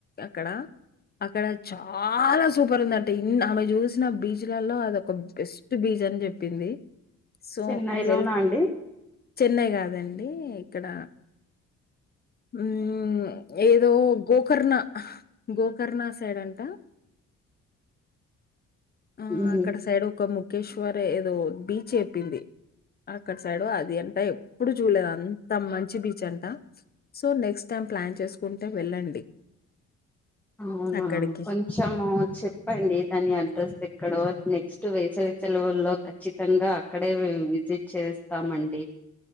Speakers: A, on the left; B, in the centre.
A: అక్కడ అక్కడ చాల సూపర్ ఉంద అంటే ఆమె చూసిన బీచ్లలో అద ఒక బెస్ట్ బీచ్ అని చెప్పింది సో
B: చెన్నైలోనా
A: వెల్
B: అండి
A: చెన్నై కాదండి ఎక్కడ ఉ ఏదో గోకర్ణ గోకర్ణ సైడ్ అంట ఆ
B: హ్మ్
A: అక్కడ సైడ్ ఒక <unintelligible> ముకేశ్వర ఏదో బీచ్ చెప్పింది అక్కడ సైడు అది అంట ఎప్పుడు చూడలేదు అంత మంచి బీచ్ అంట సో నెక్స్ట్ టైం ప్లాన్ చేసుకుంటే వెళ్ళండి
B: అవునా
A: అక్కడికి.
B: కొంచెం చెప్పండి దాని అడ్రస్ ఎ ఇక్కడ నెక్స్ట్ వేసవి సెలవల్లో ఖచ్చితంగా అక్కడే విజిట్ చేస్తామండి